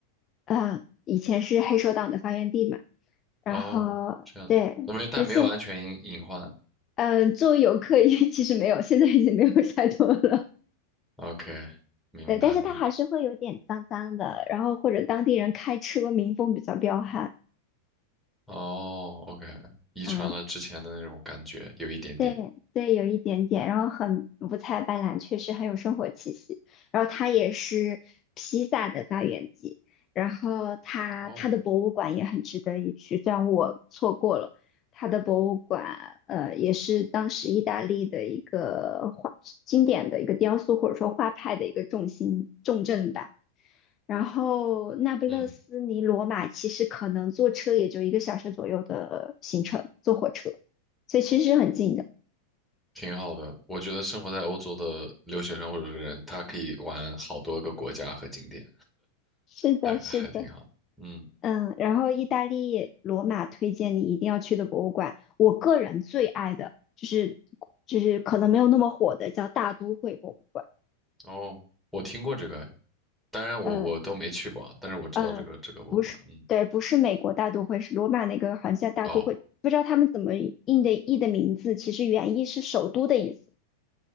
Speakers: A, on the left (about 30°); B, in the centre.
A: 呃，以前是黑手党的发源地嘛，然后对，
B: 哦，这样的，那没，但没有安全隐隐患。
A: 对现，嗯、呃作为游客也其实没有，现在已经没有太多了，
B: OK，明白明白。
A: 对，但是它还是会有点脏脏的，然后或者当地人开车民风比较彪悍，
B: 哦，OK，遗传了之前的那种感觉，
A: 嗯、
B: 有一点点。
A: 对对，有一点点，然后很五彩斑斓，确实很有生活气息。然后它也是披萨的发源地，然后它它的博物馆也很值得一去，
B: 哦，
A: 虽然我错过了它的博物馆，呃，也是当时意大利的一个画经典的一个雕塑或者说画派的一个重心重镇吧。然后那不勒斯离罗马其实可能坐车也就一个小时左右的行程，
B: 嗯，
A: 坐火车。所以其实是很近的。
B: 挺好的。我觉得生活在欧洲的留学生或者是人，他可以玩好多个国家和景点，
A: 是的，
B: 还还挺好。
A: 是的，
B: 嗯，
A: 嗯，然后意大利罗马推荐你一定要去的博物馆，我个人最爱的就是就是可能没有那么火的叫大都会博物馆，
B: 哦，我听过这个，当然我我都没去过啊，
A: 呃
B: 但是我知道这个这个博物馆。
A: 呃，不是，
B: 嗯。
A: 对，不是美国大都会，是罗马那个好像叫大都会，
B: 哦，
A: 不知道他们怎么印的译的名字，其实原意是首都的意思，